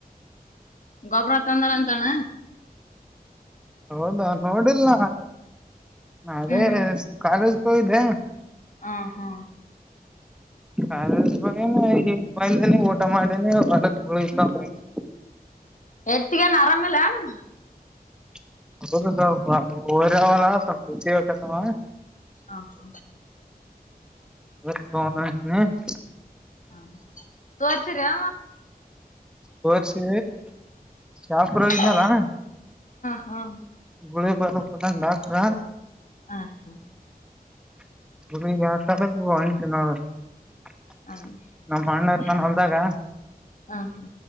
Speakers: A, on the left; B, in the centre.
A: ಗೊಬ್ಬರ ತಂದ್ರರಾತಣ್ಣ
B: ಹೌದಾ ನೋಡಿಲ್ಲ ಅದೇ
A: ಹ್ಮ್
B: ಕಾಲೇಜ್ಗೆ ಹೋಗಿದ್ದೆ
A: ಹ ಹಾ
B: ಕಾಲೇಜು ಹೋಗಿನಿ ಈಗ ಬಂದೀನಿ ಊಟ ಮಾಡೀನಿ <unintelligible>
A: ಎತ್ತಗೇನು ಹರಾಮಿಲೇನು
B: <unintelligible> ಹೋರಿ ಅವಲ್ಲ ಸ್ವಲ್ಪ ಹುಚ್ಕಕಾತವ
A: ಹ ಹಾ
B: ಎ <unintelligible> <unintelligible>
A: ಹಾ ತೋರ್ಸಿರಾ
B: ತೋರ್ಸಿ ಶಾಪುರ್
A: ಹ
B: ಹೋಗಿದ್ನಲ್ಲ
A: ಹಾ
B: ಗುಳಿಗೆ ಕೊಟ್ಟಾನ ಡಾಕ್ಟ್ರ
A: ಹ ಹಾ
B: <unintelligible>
A: ಅ
B: ನಮ್ ಅಣ್ಣ ಇರ್ತಾನ
A: ಹಾ
B: ಹೊಲ್ದಾಗ
A: ಅ ಹಾ